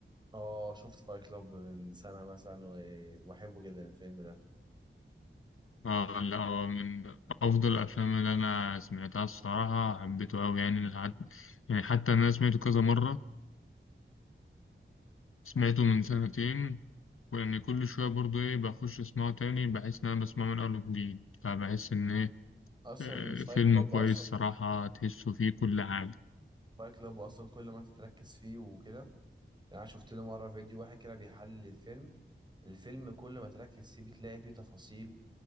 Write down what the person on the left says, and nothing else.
آه لا هو من أفضل الأفلام اللي أنا سمعتها الصراحة حبيته أوي يعني لحد يعني حتى أنا سمعته كذا مرة سمعته من سنتين وإن كل شوية برضه إيه بخش أسمعه تاني بحس إن أنا بسمعه من أول وجديد فبحس إن إيه
آه، فيلم
كويس
صراحة تحسه فيه كل حاجة